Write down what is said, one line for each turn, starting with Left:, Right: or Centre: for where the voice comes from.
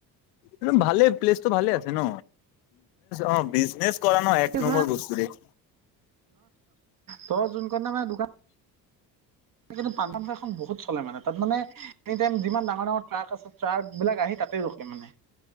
Left: ম ভালে- পেলেইছটো ভালে আছে। ন অ বিজনেছ কৰা ন এক
Right: হেল্ল'
Left: নম্বৰ বস্তুৰে-
Right: ত জুন কন মানে দোকান কিন্তু পাণ তামোল এখন বহুত চলে মানে তাত মানে এনি টাইম যিমান ডাঙৰ ডাঙৰ ট্ৰাক আছে ট্ৰাক বিলাক আহি। তাতে ৰখে মানে